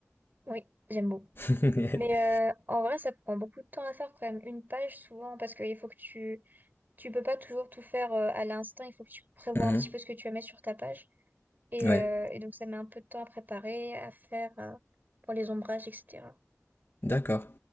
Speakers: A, on the right; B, on the left.
A: Oui, j'aime beaucoup.
B: <laughs>
A: Mais euh, en vrai, ça prend beaucoup de temps à faire quand même. Une page, souvent, parce qu'il faut que tu... Tu peux pas toujours tout faire euh, à l'instinct. Il faut que tu prévois
B: Mhm.
A: un petit peu ce que tu vas mettre sur ta page. Et,
B: Ouais,
A: euh, et donc, ça met un peu de temps à préparer, à faire euh, pour les ombrages, etc.
B: d'accord.